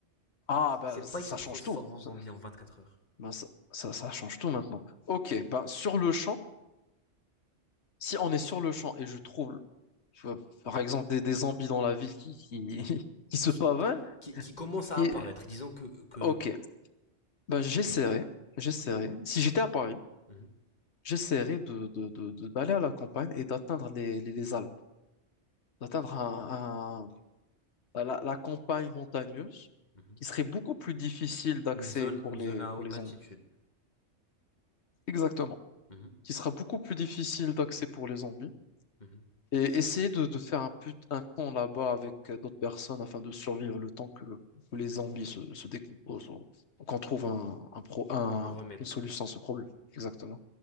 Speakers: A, on the left (about 70°); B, on the left (about 40°).
A: Ah, ben,
B: c'est
A: ça
B: pas il
A: ça
B: se transforme
A: change tout.
B: en
A: Ça-
B: zombie en 24 heures.
A: Ben, ça, ça, ça change tout maintenant. Ok, ben, sur le champ, si on est sur le champ et je trouve euh, par exemple, des, des zombies dans la ville qui, qui, <laughs> qui se
B: qui,
A: pavanent.
B: qui, qui commence à
A: Et,
B: apparaître. Disons que, que
A: ok, ben, j'essaierai, j'essaierai. Si j'étais à Paris,
B: Mhm,
A: j'essaierai de, de, de- de- d'aller à la campagne et d'atteindre les, les, les Alpes, d'atteindre un, un- ben, la, la campagne montagneuse
B: mhm.
A: qui serait beaucoup plus difficile d'accès
B: Une, zone,
A: pour
B: une
A: les,
B: zone à
A: pour
B: haute
A: les
B: altitude.
A: zombies. Exactement.
B: Mhm,
A: Qui sera beaucoup plus difficile d'accès pour les zombies.
B: mhm.
A: Et essayer de, de faire un, put- un camp là-bas avec euh, d'autres personnes afin de survivre le temps que, que les zombies se, se décomposent ou, ou qu'on trouve un, un pro- un-
B: Un remède.
A: une solution à ce problème. Exactement.